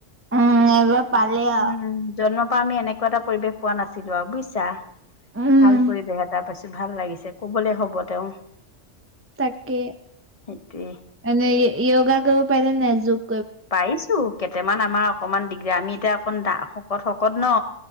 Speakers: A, on the right; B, on the left.
A: উম, এইবাৰ পালে
B: উম',
A: আৰু
B: জন্মৰ পৰা আমি এনেকুৱা এটা পৰিৱেশ পোৱা নাছিলো আৰু বুজিছা।
A: উম,
B: ভাল পৰিবেশ এটাত পাইছো ভাল লাগিছে কবলৈ হ'ব তেওঁ।
A: তাকে
B: সেইটোৱে।
A: গা কৰিবো পেলে নজুক।
B: পাইছো। কেইটামান আমাৰ অকমান দিগদাৰ আমি এতিয়া অকমান দা শকত- শকত ন।